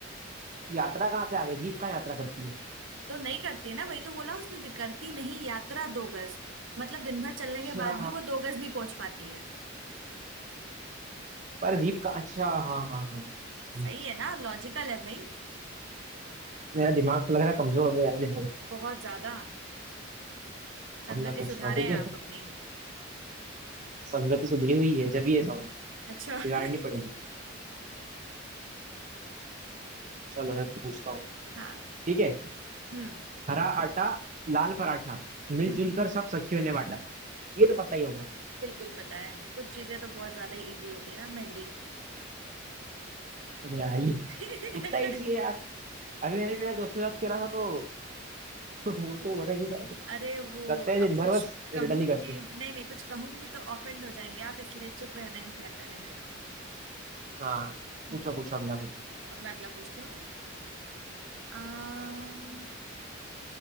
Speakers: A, on the right; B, on the right.
A: यात्रा कहाँ से आ गई जीप कहाँ यात्रा करती है
B: तो नहीं करती है ना वही तो बोला उसने भी करती नहीं यात्रा दो गज मतलब दिन भर चलने
A: अच्छा
B: के बाद भी वो दो गज नहीं पहुंच पाती है
A: पर जीप का अच्छा हाँ हाँ हाँ सही,
B: सही
A: सही, सही।
B: है ना लॉजिकल है भाई
A: मेरा दिमाग तो लग रहा है कमजोर हो गया यार दिमाग
B: बहुत ज्यादा संगति
A: अब मैं पूछता
B: सुधारे
A: हूँ ठीक
B: हैं
A: है
B: आप अपनी
A: संगति सुधरी हुई है जब ये समझ
B: अच्छा
A: बिगाड़नी
B: <laughs>
A: पड़ेगी चलो मैं पूछता हूँ
B: हाँ
A: ठीक है
B: हम्म
A: हरा आटा लाल पराठा मिलजुल
B: हम्म
A: कर सब सखियों ने बांटा ये तो पता ही होगा
B: बिल्कुल पता है कुछ चीजें तो बहुत ज्यादा इजी होती है ना मेहंदी
A: अरे यार ये
B: <laughs>
A: इतना इजी है यार अभी मैंने मेरे दोस्त के साथ खेला था तो <laughs> वो तो बता ही नहीं पाया था।
B: अरे वो
A: लगता
B: अब
A: है दिन
B: कुछ
A: भर बस
B: कहूंगी
A: रिडल ही करती
B: नहीं नहीं कुछ कहूंगी तो ऑफेंड हो जाएंगे आप इसलिए चुप रहना ही बेहतर है मेरा
A: हाँ
B: हम्म।
A: पूछो पूछो अगला पूछो
B: अब मैं अगला पूछती हूँ